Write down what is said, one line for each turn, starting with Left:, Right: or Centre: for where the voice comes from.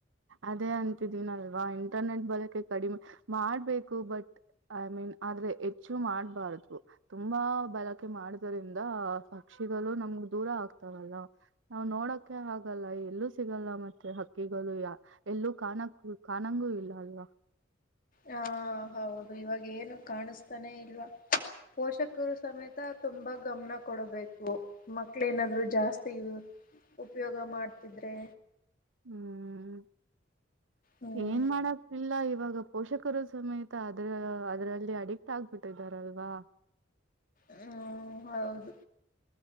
Right: ಅದೇ ಅಂತಿದ್ದೀನಲ್ವಾ ಇಂಟರ್ನೆಟ್ ಬಳಕೆ ಕಡಿಮೆ ಮಾಡ್ಬೇಕು ಬಟ್- ಐ- ಮೀನ್. ಆದ್ರೆ ಹೆಚ್ಚು ಮಾಡಬಾರ್ದು ತುಂಬಾ ಬಳಕೆ ಮಾಡುದ್ರಂದ ಪಕ್ಷಿಗಳು ನಮ. ದೂರ ಆಗ್ತಾವಲ್ಲ ನಾವು ನೋಡಕ ಆಗಲ್ಲ ಎಲ್ಲೂ ಸಿಗಲ್ಲ ಮತ್ತೆ ಹಕ್ಕಿಗಳು ಯ. ಎಲ್ಲೂ ಕಾಣಕ್ಕ ಕಾಣಂಗೂ ಇಲ್ಲ ಅಲ್ವಾ.
Left: ಹಾ- ಹೌದು ಇವಾಗ ಏನು ಕಾಣಿಸ್ತಾನೆ ಇಲ್ವಾ. ಪೋಷಕರು ಸಮೇತ ತುಂಬಾ ಗಮನ ಕೊಡಬೇಕು ಮಕ್ಕಳುನಾದ್ರು ಜಾಸ್ತಿ. ಉಪಯೋಗ ಮಾಡ್ತಿದ್ರೆ.
Right: ಹ್ಮ್-
Left: ಹ್ಮ್
Right: ಏನ್ ಮಾಡಕ್ತಿಲ್ಲ ಇವಾಗ. ಪೋಷಕರು ಸಮೇತ ಅದ್ರ ಅದರಲ್ಲಿ ಅಡಿಕ್ಟ್ ಆಗ್ಬಿಟ್ಟಿದಾರಲ್ವಾ.
Left: ಹ್ಮ- ಹೌದು